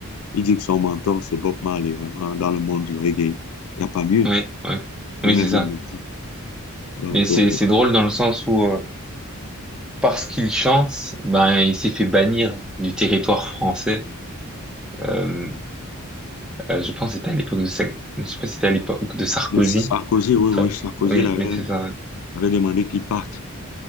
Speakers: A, on the left; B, in the centre.
A: il dit que son mentor, c'est Bob Marley, vraiment, dans le monde du reggae. Il n'y a pas mieux.
B: oui, oui, oui,
A: Lui-même,
B: c'est ça.
A: il le dit. Donc,
B: Mais c'est
A: euh,
B: c'est drôle dans le sens où euh, parce qu'il chante, ben il s'est fait bannir du territoire français. Euh, euh, je pense que c'était à l'époque de Sa- je sais pas si c'était à l'époque de Sarkozy.
A: mais Sarkozy, oui,
B: Attends.
A: oui, Sarkozy
B: Oui,
A: il avait,
B: oui, c'est ça. Oui,
A: avait demandé qu'il parte.